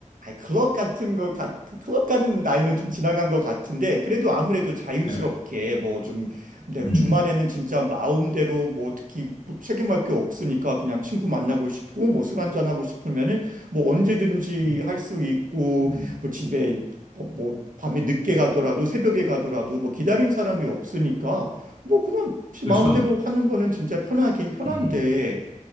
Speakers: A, on the right (about 80°); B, on the left (about 40°).
A: 아, 클럽 같은 거, 가, 클럽 가는 나이는 좀 지나간 것 같은데, 그래도 아무래도 자유스럽게,
B: 네.
A: 뭐 좀, 내
B: 음.
A: 주말에는 진짜 마음대로, 뭐 특히 뭐 책임할 게 없으니까 그냥 친구 만나고 싶고, 뭐 술 한잔하고 싶으면은, 뭐 언제든지
B: 음.
A: 할 수 있고,
B: 음.
A: 뭐 집에, 뭐, 뭐 밤에 늦게 가더라도, 새벽에 가더라도, 뭐 기다린 사람이 없으니까, 뭐 그냥 지
B: 그렇죠.
A: 마음대로 하는 거는 진짜 편하긴 편한데,
B: 음.